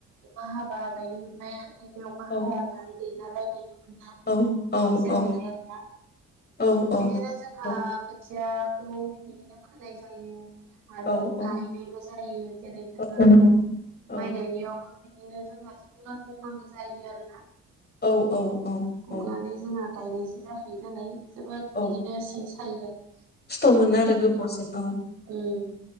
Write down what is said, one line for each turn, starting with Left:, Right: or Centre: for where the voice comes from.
Right: अखा हाबा गायनो मोनबाय आरो खायफाया अखा
Left: औ
Right: हायाबा आरो गैलालाय गायनो । बिदि
Left: औ औ
Right: जायो
Left: औ
Right: आरोना
Left: औ
Right: बिदिनो जोंहा
Left: औ
Right: खोथियाखौ बिदिनो फोनाय जायो। आरो
Left: औ
Right: गायनायबो
Left: औ
Right: जायो जेरै जोंहा
Left: औ औ
Right: माइ गायनायावबो बिदिनो जोंहा जोबोद बुंनांगौ जायो आरोना
Left: औ औ औ
Right: बुंनानै जोङो गायनायसो जाखायो नालाय जोबोद
Left: औ
Right: बिदिनो सिं सायो आरो
Left: खस्थ' मोनो आरो गोबावजों औ
Right: उम